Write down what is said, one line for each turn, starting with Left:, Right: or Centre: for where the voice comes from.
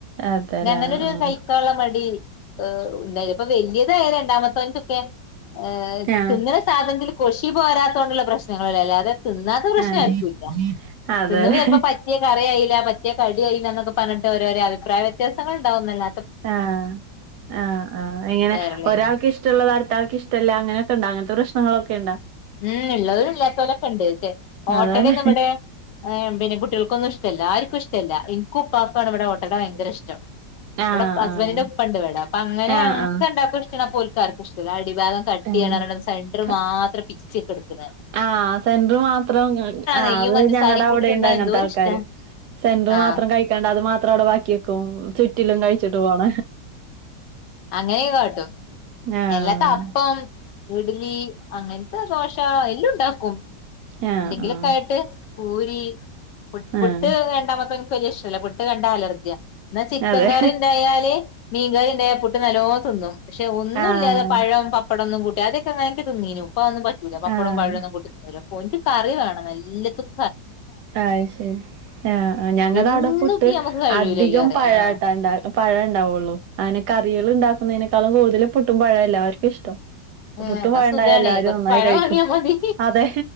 Right: അതെല്ലേ
Left: പിന്നെ അങ്ങനൊരു
Right: ആഹ്
Left: തയ്ക്കാനുള്ളമടി ഓ ഉണ്ടായിത് ഇപ്പോ വല്ലിതായ രണ്ടാമത്തവൻ. ക്കാൻ അ
Right: ആഹ്
Left: തിന്നണസാധനത്തിൽ കൊഷി പോരാത്തകൊണ്ടുള്ള പ്രശ്നങ്ങളല്ലേ അല്ലാതെ. തിന്നാത്തപ്രശ്നം
Right: ആഹ്
Left: ആർക്കുല്ല.
Right: അതെല്ലേ
Left: തിന്നത് ചിലപ്പോ പറ്റിയ കറി ആയില്ല പറ്റിയ കടിയായില്ല എന്നൊക്കെ പറഞ്ഞിട്ട് ഓരോരോ അഭിപ്രായ വ്യത്യാസങ്ങൾണ്ടാവുന്നല്ല.
Right: ആഹ്, ആഹ്, ആഹ് എങ്ങനെ
Left: കേറളീനോ
Right: ഒരാൾക്ക് ഇഷ് ഇഷ്ടള്ളത് അടുതാൾക്ക് ഇഷ്ടയില്ല അങ്ങനെയൊക്കെണ്ട അങ്ങനത്തെ പ്രശ്നങ്ങളൊക്കെണ്ട.
Left: ഉം ഇള്ളതും ഇല്ലാത്തോലൊക്കെ ഉണ്ട് ക്ഷേ ഓട്ടട
Right: അതേല്ലേ
Left: നമ്മടെ. ഏ പിന്നെ കുട്ടികൾക്കൊന്നും ഇഷ്ടല്ല ആർക്കും ഇഷ്ടല്ല എനിക്കും ഉപ്പാപ്പാണ് ഇവിടെ ഓട്ടട ഭയങ്കര ഇഷ്ടം. ഇവിടെ
Right: ആഹ്
Left: ഹസ്ബന്റിന്റെ
Right: ആഹ്
Left: ഉപ്പണ്ട് ഇവടെ അപ്പോ അങ്ങനെ
Right: ആഹ്
Left: ഞങ്ങക്ക് രണ്ടാക്കും ഇഷ്ടള്ള പോൽക്കാർക്കും ഇഷ് അടിഭാഗം കട്ടിയാണറഞ്ഞിട്ട്
Right: ആഹ്
Left: അത് സെന്റർ
Right: ആഹ്
Left: മാത്രം പിച്ചിയക്കടുക്കണ കാണാം.
Right: ആഹ് സെന്ററ് മാത്രംയിങ്ങ ആഹ്
Left: നെയ്യും
Right: അത്
Left: പഞ്ചസാരയും
Right: ഞങ്ങട അവിടെണ്ട്
Left: കൂട്ടി തിന്നാൻ
Right: അങ്ങനത്തെ
Left: എന്തോരിഷ്ടാ
Right: ആൾക്കാര്. സെന്റർ
Left: ആഹ്
Right: മാത്രം കഴിക്കാണ്ട് അത് മാത്രം അവിടെ ബാക്കിവെക്കും മ് ചുറ്റിലും കഴിച്ചിട്ട് പോണ.
Left: അങ്ങനെ കാട്ടും
Right: ആഹ്
Left: എല്ലാത്തപ്പം പ്പം ഇഡ്ലി അങ്ങനത്തെ ദോശ എല്ലാം ഉണ്ടാക്കും.
Right: ആഹ്
Left: എന്തെങ്കിലു
Right: ആഹ്
Left: ലായിട്ട് പൂരി, പുട്ട്
Right: ആഹ്
Left: വേണ്ട മക്കക്ക് വല്യായിഷ്ടയില്ല പുട്ട്. ട്ട്കണ്ട അലർജിയ. എന്നാ ചിക്കൻ
Right: അതെ
Left: കറി ഉണ്ടായാല് മീൻകറി ഉണ്ടായ പുട്ട് നലോ തിന്നും. പക്ഷെ ഒന്നുല്ലാതെ
Right: ആഹ്
Left: പഴവും പപ്പടൊന്നും കൂട്ടി അതൊക്കെങ്ങനക്കെ തിന്നിനു. ഇപ്പൊന്നും പറ്റൂല പപ്പടോം
Right: ആഹ്
Left: പഴൊന്നും കൂട്ടിതിന്നുല ഓൻക്ക് കറി വേണം. നല്ലത്തും.
Right: അത് ശരി ആഹ് ഞങ്ങളടെ
Left: എന്നും
Right: പുട്ട്
Left: ഇപ്പ നമുക്ക് കഴിയൂലല്ലോ
Right: അധികം
Left: പറയാ
Right: പഴാട്ടാണ്ട
Left: ആഹ്
Right: പഴം ഉണ്ടാവുള്ളൂ അങ്ങനെ കറികൾ ഉണ്ടാക്കുന്നതിനെക്കാളും കൂടുതലും പുട്ടും പഴവുംല്ലാവർക്കും ഇഷ്ടം.
Left: ഏഹ്
Right: പുട്ടും
Left: എന്നാ
Right: പാഴവുണ്ടായ
Left: സുഖാണേ
Right: എല്ലാരും
Left: കൊറച്ച്
Right: നന്നായി
Left: പഴം
Right: കഴിക്കും.
Left: വാങ്ങിയാ മതി
Right: അതെ.